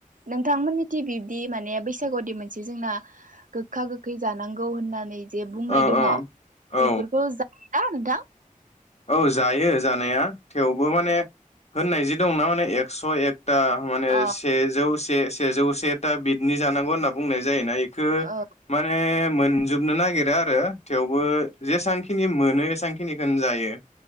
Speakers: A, on the right (about 65°); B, on the left (about 50°).
A: नोंथांमोननि थिं बिब्दि माने बैसागुदि मोनसे जोंना गोखा गोखै जानांगौ होननानै जे बुंनाय
B: ओ
A: दङ
B: औ
A: बेफोरखौ जा <unintelligible>
B: औ जायो जानाया थेवबो माने होननाय जि दं ना माने एकस' एक था माने
A: अ
B: सेजौ से से जौसे ता बिदिनि जानांगौ होनना बुंनाय जायोना ए खो
A: औ
B: माने मोनजोब नो नागिरा आरो थेवबो जेसांखिनि मोनो एसांखिनिखौनो जायो।